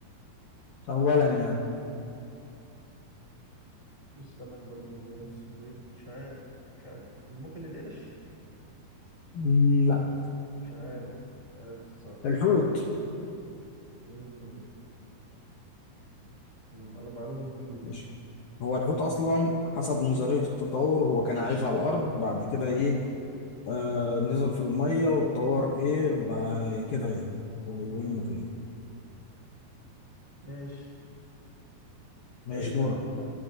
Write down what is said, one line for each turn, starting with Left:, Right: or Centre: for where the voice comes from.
Left: أولا يعني
Right: والسمك برضو بنفس البيض مش عارف مش عارف ممكن القرش
Left: مم، لا
Right: مش عارف مش عارف الص- الصراحة
Left: الحوت
Right: امم معلومة معلومة جديدة دي
Left: مش هو الحوت أصلا حسب نظرية التطور هو كان عايش على الأرض بعد كده إيه آه نزل في المية واتطور إيه بقى كده يعني هو بيقول
Right: امم
Left: لك إيه.
Right: ماشي
Left: ماشي
Right: طيب بقى
Left: دور
Right: ال-